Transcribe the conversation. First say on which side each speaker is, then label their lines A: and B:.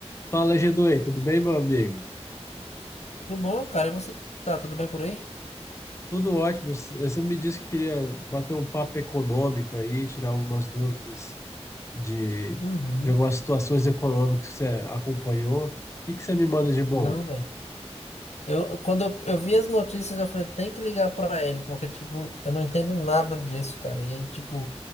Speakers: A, on the left (about 25°); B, on the left (about 75°).
A: Fala, g tudo bem, meu amigo?
B: Tudo bom, cara? E você tá tudo bem por aí?
A: Tudo ótimo. Você me disse que queria bater um papo econômico aí, tirar algumas dúvidas de,
B: Uhum.
A: de algumas situações econômicas que você acompanhou. O que que você me manda de bom?
B: Não, velho. Eu, eu- quando eu, eu vi as notícias, eu falei, tem que ligar pra ele, porque, tipo, eu não entendo nada disso, cara. E aí, tipo,